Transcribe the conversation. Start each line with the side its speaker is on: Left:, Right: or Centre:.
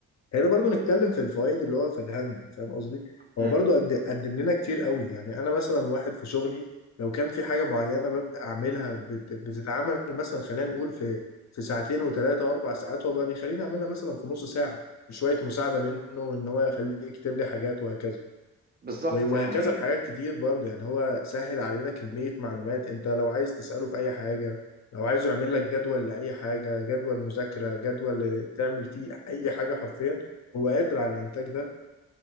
Left: هنا برضو نتكلم في الفوائد اللي هو فادها لنا فاهم قصدي
Right: مم،
Left: هو برضو قد قدم لنا كتير قوي يعني انا مثلا واحد في شغلي لو كان في حاجه معينه ببدا اعملها بت... بتتعمل مثلا خلينا نقول في في ساعتين وثلاثه واربع ساعات هو بقى بيخليني اعملها مثلا في نص ساعه بشويه مساعده منه ان هو يخليه يكتب لي حاجات وهكذا
Right: بالظبط
Left: و- وهكذا
Right: يعني
Left: بحاجات كتير برضه يعني هو سهل علينا كمية معلومات انت لو عايز تسأله في اي حاجة لو عايز يعمل لك جدول لأي حاجة جدول مذاكرة جدول تعمل فيه اي حاجة حرفيا هو قادر على الانتاج ده